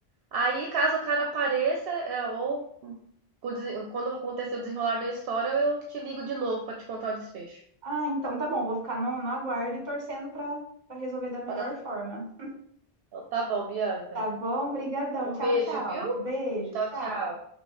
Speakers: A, on the right; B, on the right.
A: Aí, caso o cara apareça, é, ou com o desen- Quando acontecer o desenrolar da história, eu te ligo de novo pra te contar o desfecho.
B: Ah, então tá bom, vou ficar no, no aguardo e torcendo para para resolver da melhor
A: Pra dar tudo-
B: forma.
A: Então, tá bom, Bianca.
B: Tá bom? Obrigadão.
A: Um
B: Tchau,
A: beijo,
B: tchau.
A: viu?
B: Beijo,
A: Tchau,
B: tchau.
A: tchau.